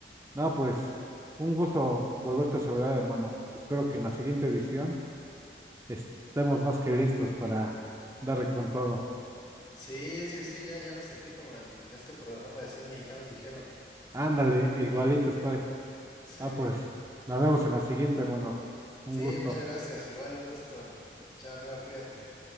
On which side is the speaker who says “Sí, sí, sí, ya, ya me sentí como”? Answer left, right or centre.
Left